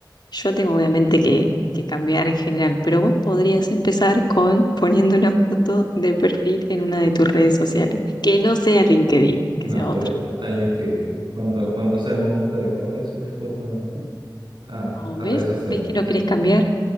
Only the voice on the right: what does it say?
No,
pero está, está en LinkedIn. Cuando, cuando sea el momento adecuado voy a subir fotos a,
a
redes sociales.